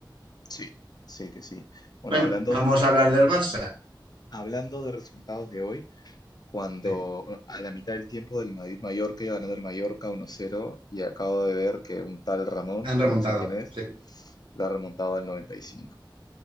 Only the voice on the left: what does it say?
Sí, sí que sí. Bueno,
hablando,
hablando de resultados de hoy, cuando
bueno, a la mitad del tiempo del Madrid-Mallorca iba ganando el Mallorca uno cero y acabo de ver que un tal Ramón,
que no sé quién es,
lo ha remontado al noventa y cinco